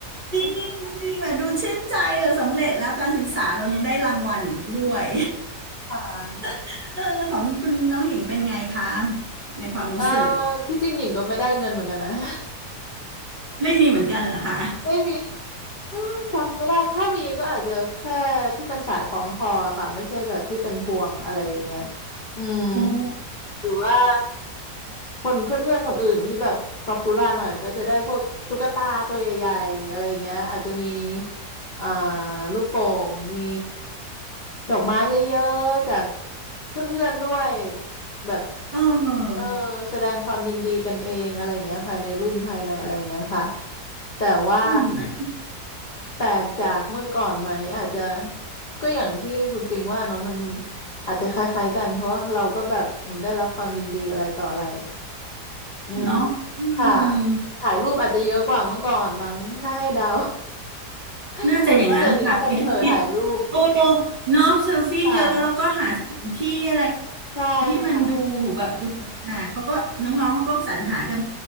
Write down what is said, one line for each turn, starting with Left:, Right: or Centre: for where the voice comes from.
Right: จริงจริงแบบดูชื่นใจเออสำเร็จแล้วการศึกษาเรายังได้รางวัลอีกด้วย
Left: <laughs> ค่ะ
Right: <laughs> เออของคุณน้องหญิงเป็นไงคะในความรู้สึก
Left: เอ่อที่จริงหญิงก็ไม่ได้เงินเหมือนกันนะ <laughs>
Right: ไม่มีเหมือนกันเหรอคะ
Left: ไม่มีอืมจำไม่ได้ถ้ามีก็อาจจะแค่ที่เป็นสายคล้องคอค่ะไม่ใช่แบบที่เป็นพวงอะไรอย่างเงี้ยอืม
Right: โอ้
Left: หรือว่าคนเพื่อนๆคนอื่นที่แบบป๊อปปูล่าหน่อยก็จะได้พวกตุ๊กตาตัวใหญ่ๆอะไรอย่างเงี้ยอาจจะมีอ่าลูกโป่งมีดอกไม้เยอะๆจากเพื่อนๆด้วยแบบ
Right: เออ
Left: เออแสดงความยินดีกันเองอะไรอย่างเงี้ยภายในรุ่นภายในอะไรอย่างเงี้ยค่ะแต่ว่า
Right: อืม
Left: แปลกจากเมื่อก่อนไหมอาจจะก็อย่างที่คุณปิงว่าเนาะมันอาจจะคล้ายๆกันเพราะว่าเราก็แบบอืมได้รับความยินดีอะไรต่ออะไรอืม
Right: เนาะอื
Left: ค่ะ
Right: ม
Left: ถ่ายรูปอาจจะเยอะกว่าเมื่อก่อนมั้งถ้าให้เดา <laughs>
Right: น่าจะอย่างนั้นเลยค่ะไปทุกทิศ
Left: เหมือนว่าเดี๋ยวนี้คนเห่อถ่ายรูป
Right: โอ้เนาะเซลฟี่เยอะแล้วก็หาสถานที่อะไร
Left: ค่ะใช่ค่ะ
Right: ที่มันดูแบบดูหนาเขาก็น้องๆเขาก็สรรหากัน